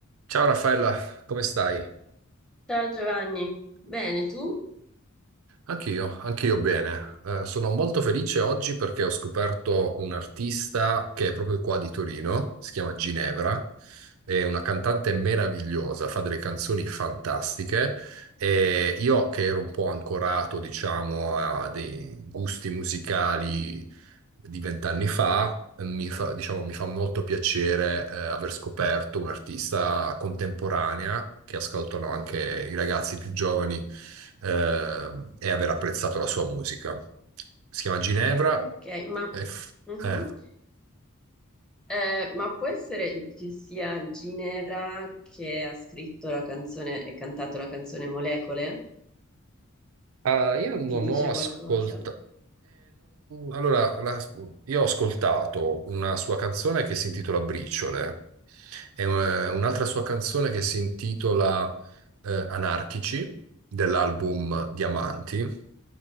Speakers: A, on the right (about 70°); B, in the centre.
A: Ciao Raffaella, come stai?
B: Ciao Giovanni, bene tu?
A: Anch'io, anch'io bene. Eh, sono molto felice oggi perché ho scoperto un artista che è proprio qua di Torino, si chiama Ginevra, è una cantante meravigliosa, fa delle canzoni fantastiche e io che ero un po' ancorato, diciamo, a dei gusti musicali di vent'anni fa, mi fa, diciamo, mi fa molto piacere, eh, aver scoperto un'artista contemporanea che ascoltano anche i ragazzi più giovani eh, e aver apprezzato la sua musica. Si chiama Ginevra
B: Ok, ma,
A: e f-
B: mhm.
A: eh,
B: Eh, ma può essere che sia Ginevra che ha scritto la canzone e cantato la canzone Molecole?
A: Ah, io non
B: Ti dice
A: ho ascoltato.
B: qualcosa?
A: allora, la- io ho ascoltato una sua canzone che si intitola Briciole e eh, un'altra sua canzone che si intitola eh, Anarchici dell'album Diamanti.